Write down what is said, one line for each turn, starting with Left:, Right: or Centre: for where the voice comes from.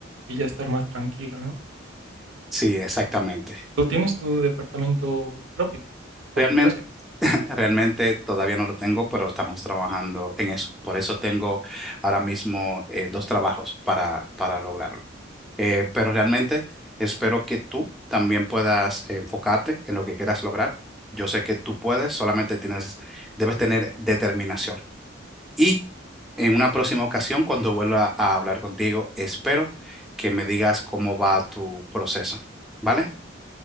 Right: y ya estar más tranquilo, ¿no?
Centre: Sí, exactamente.
Right: ¿Tú tienes tu departamento propio
Centre: Realmente,
Right: o tu casa?
Centre: <laughs> realmente todavía no lo tengo, pero estamos trabajando en eso. Por eso tengo ahora mismo eh, dos trabajos para, para lograrlo. Eh, pero realmente espero que tú también puedas eh, enfocarte en lo que quieras lograr. Yo sé que tú puedes, solamente tienes, debes tener determinación. Y en una próxima ocasión, cuando vuelva a hablar contigo, espero que me digas cómo va tu proceso, ¿vale? <laughs>